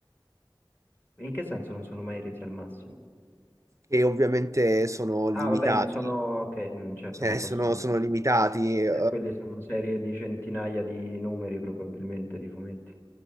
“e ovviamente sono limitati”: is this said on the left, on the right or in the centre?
Right